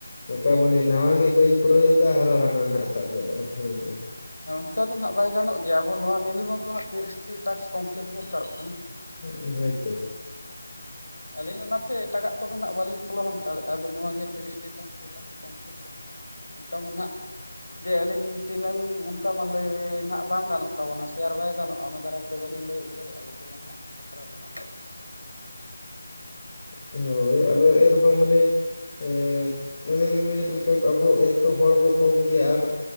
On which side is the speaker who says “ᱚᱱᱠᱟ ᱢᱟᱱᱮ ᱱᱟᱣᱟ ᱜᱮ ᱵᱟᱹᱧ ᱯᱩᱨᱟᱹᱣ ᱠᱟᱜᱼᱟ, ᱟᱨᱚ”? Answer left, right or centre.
Left